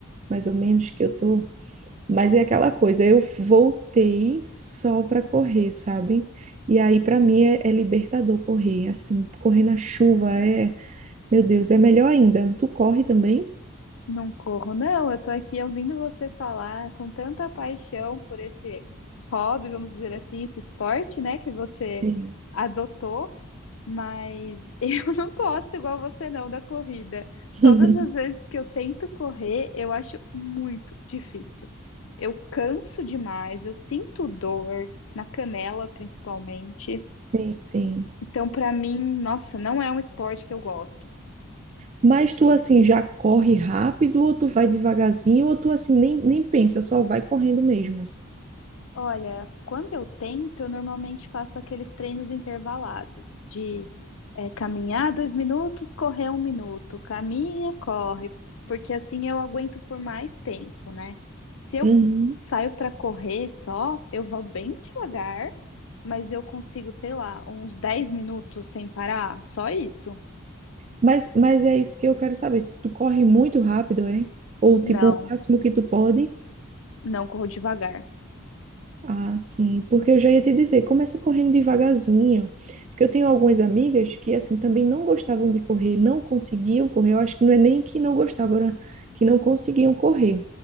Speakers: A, on the right (about 35°); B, on the left (about 70°).
A: mais ou menos, que eu tô. Mas é aquela coisa, eu voltei só para correr, sabe? E aí para mim é, é libertador correr, assim, correr na chuva é, meu Deus, é melhor ainda. Tu corre também?
B: Não corro, não. Eu tô aqui ouvindo você falar com tanta paixão por esse hobby, vamos dizer assim, esse esporte, né, que você
A: Sim.
B: adotou, mas <laughs> eu não gosto igual você não da corrida.
A: <laughs>
B: Todas as vezes que eu tento correr, eu acho muito difícil. Eu canso demais, eu sinto dor na canela, principalmente.
A: Sim, sim.
B: Então, pra mim, nossa, não é um esporte que eu gosto.
A: Mas tu assim já corre rápido, ou tu vai devagarzinho, ou tu assim nem, nem pensa, só vai correndo mesmo.
B: Olha, quando eu tento, eu normalmente faço aqueles treinos intervalados de é, caminhar dois minutos, correr um minuto, caminha, corre, porque assim eu aguento por mais tempo, né? Se eu
A: Uhum.
B: saio para correr só, eu vou bem devagar, mas eu consigo, sei lá, uns 10 minutos sem parar, só isso?
A: Mas, mas é isso que eu quero saber. Tipo, tu corre muito rápido, é? Ou
B: Não,
A: tipo, o máximo que tu pode?
B: não corro devagar.
A: Ah, sim, porque eu já ia te dizer, começa correndo devagarzinho, porque eu tenho algumas amigas que, assim, também não gostavam de correr, não conseguiam correr, eu acho que não é nem que não gostavam, era que não conseguiam correr,